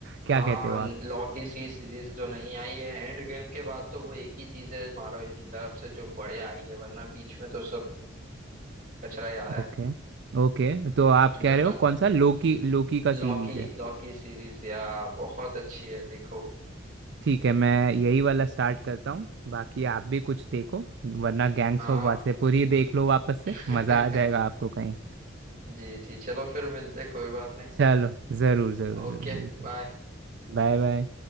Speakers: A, on the right; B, on the right.
A: हाँ
B: क्या कहते हो
A: लॉ
B: आप
A: की सी सीरीज जो नहीं आई है एंड गेम के बाद तो वो एक ही चीज है मार्वल की तरफ से जो बढ़िया आई है वरना बीच में तो सब कचरा ही आया
B: ओके ओके तो आप
A: है
B: कह रहे हो कौन सा लोकी लोकी
A: <laughs>
B: का
A: लॉ
B: सीरीज
A: की
B: है
A: लॉ की सीरीज या बहुत अच्छी है देखो
B: ठीक है मैं यही वाला स्टार्ट करता हूँ बाकी आप भी कुछ देखो वरना गैंग्स
A: हाँ
B: ऑफ वासेपुर ही देख लो वापस
A: <laughs>
B: से मज़ा आ जाएगा आपको कहीं
A: जी जी चलो फिर मिलते हैं, कोई बात नहीं
B: चलो ज़रूर ज़रूर
A: Okay
B: ज़रूर मिलते
A: bye
B: हैं Bye bye